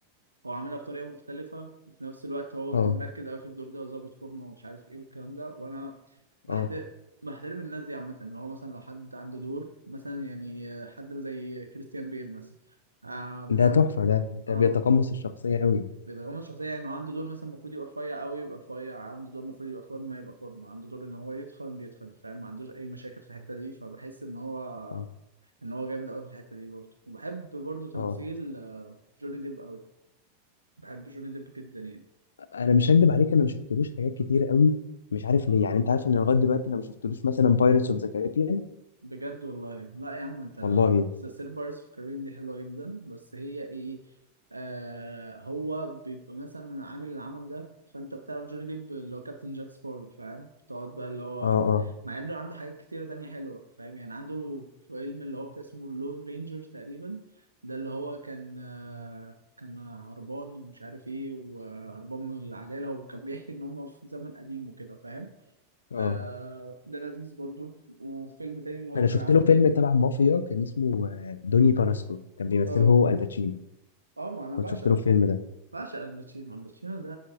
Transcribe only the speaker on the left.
اه
اه
ده تحفة
ده ده
بيتقمص الشخصية قوي
اه
اه
انا مش هكدب عليك انا ما شفتلوش حاجات كتير قوي مش عارف ليه يعني انت عارف ان لغاية دلوقتي انا ما شفتلوش مثلا بايرتس اوف ذا كاريبيان
والله
اه اه
اه
انا
شفت
له فيلم تبع مافيا كان اسمه آه، دوني باراسكو كان بيمثله
هو الباتشينو
كنت
شفت له الفيلم ده